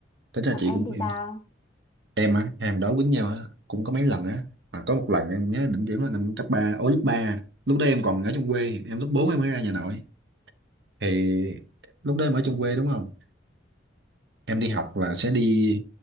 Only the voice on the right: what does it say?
Tính ra
chị
cũng
em.
Em á, em đó quýnh nhau á, cũng có mấy lần á. Mà có một lần em nhớ đỉnh điểm là năm cấp 3 ô lớp ba Lúc đó em còn ở trong quê, em lớp 4 em mới ra nhà nội. Thì lúc đó em ở trong quê đúng không? Em
đi học là sẽ đi